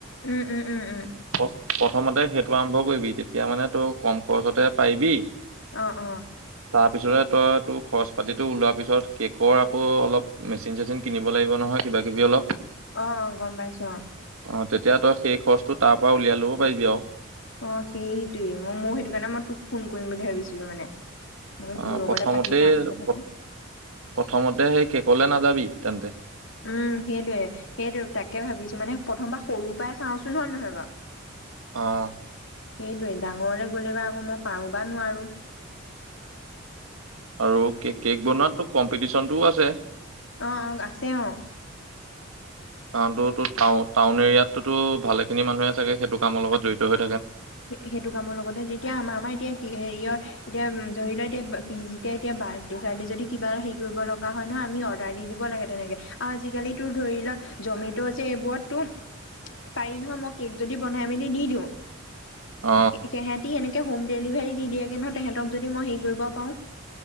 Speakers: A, on the left (about 65°); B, on the right (about 85°).
A: উম উম উম উম।
B: প্ৰথমতে সেইটো আৰম্ভ কৰিবি তেতিয়া মানে তই কম খৰচতে পাৰিবি।
A: অ অ
B: তাৰপিছতে তই, তো খৰচ পাতিতটো ওলোৱা পিছত কেকৰ আকৌ অলপ মেচিন চেচিন কিনিব লাগিব নহয় কিবা কিবি অলপ
A: অঁ অঁ গম পাইছো অঁ।
B: অঁ তেতিয়া তই সেই খৰচ, তো তাৰ পৰা উলিয়াই লব পাৰিবি আৰু
A: অঁ সেইটোৱে মই মই সেইটো কাৰণে মই তোক ফোন কৰিম বুলি ভাবিছিলো মানে মানে তোৰ
B: অঁ
A: লগতে
B: প্ৰথমতে
A: পাতি চাওঁচোন কথাটো
B: প্ৰথমতে সেই কেক লে নাযাবি। তেন্তে
A: উম সেইটোৱে সেইটোৱে তাকে ভাবিছো মানে প্ৰথমবাৰ সৰু পৰাই চাওঁচোন হয় নহয় বাৰু
B: অঁ
A: সেইটোৱে ডাঙৰলৈ গ'লে বা আকৌ মই পাৰো বা নোৱাৰো।
B: আৰু
A: তাকে
B: কেক কেক বনোৱাটো কম পিটিচনটোও আছে
A: অঁ অঁ আছে অঁ।
B: কাৰণটা টাউন এৰিয়াতোতো ভালে খিনি মানুহে চাগে সেইটো কামৰ লগত জড়িত হৈ থ
A: সেইটো কামৰ লগতে যেতিয়া আমাৰ আমাৰ এতিয়া কি হেৰিয়ৰ এতিয়া ধৰি ল এতিয়া পিজিতে যেতিয়া এতিয়া বাৰ্থডে চাৰডে যদি কিবা হেৰি কৰিব লগা হয় নহয় আমি অৰ্ডাৰ দি দিব লাগে তেনেকে আৰু আজিকালি তোৰ ধৰি লোৱা জমেটো যে এইবোৰততো পাৰি নহয় মই কেক যদি বনাই মেলি দি দিওঁ
B: অ
A: সেহঁতি এনেকে হ'ম ডেলিভাৰি। দি দিয়েগে নহ নহয় তেহঁতক যদি মই সেই, কৰিব পাওঁ।